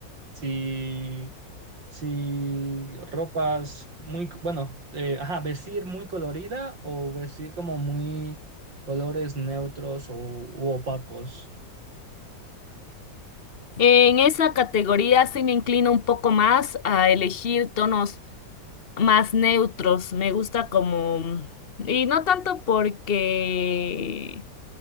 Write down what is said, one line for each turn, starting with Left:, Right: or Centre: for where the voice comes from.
Right: si si ropas muy, bueno, eh, ajá, vestir muy colorida o vestir como muy colores neutros o u opacos.
Left: En esa categoría sí me inclino un poco más a elegir tonos más neutros. Me gusta como, y no tanto porque,